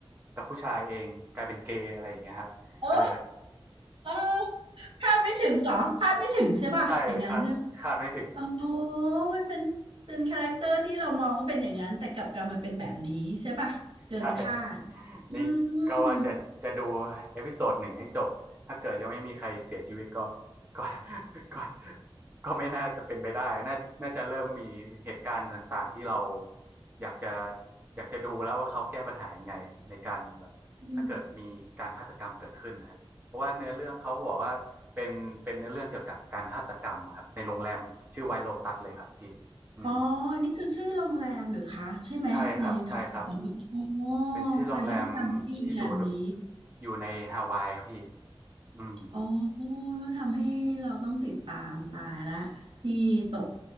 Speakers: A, on the right; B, on the right.
A: กับผู้ชายเองกลายเป็นเกย์อะไรอย่างเงี้ยครับเออ
B: เออเออคาดไม่ถึงเหรอคาดไม่ถึงใช่ป่ะอย่างนั้นใช่
A: <laughs> ใช่คาดคาดไม่ถึง
B: อ๋อ มันเป็นเป็นคาแรคเตอร์ที่เรามองว่าเป็นอย่างนั้นแต่กลับกลายมาเป็นแบบนี้ใช่ป่ะเกินคาด
A: ใช่ฮะ
B: อืมอืม
A: นี่ก็ว่าจะจะดูเอพิโซดหนึ่งให้จบถ้าเกิดยังไม่มีใครเสียชีวิตก็ก็ <laughs> ก็ก็ไม่น่าจะเป็นไปได้น่าน่าจะเริ่มมีเหตุการณ์ต่างๆที่เราอยากจะอยากจะดูแล้วว่าเขาแก้ปัญหายังไงในการแบบถ้าเกิดมีการฆาตกรรมเกิดขึ้นนะเพราะว่าเนื้อเรื่องเขาบอกว่าเป็นเป็นเนื้อเรื่องเกี่ยวกับการฆาตกรรมครับในโรงแรมชื่อไวโลตัสเลยครับพี่อืม
B: อืมอ๋อ อันนี้คือชื่อโรงแรมเหรือคะใช่ไหมในท็อปนี้อ๋อ
A: ใช่ครับใช่ครับ เป็นชื่อโรงแรม
B: การฆาตกรรมที่โรงแรมนี้
A: ที่อยู่อยู่ในฮาวายครับพี่อืม
B: อ๋อ แล้วทำให้เราต้องติดตามตายละพี่ตก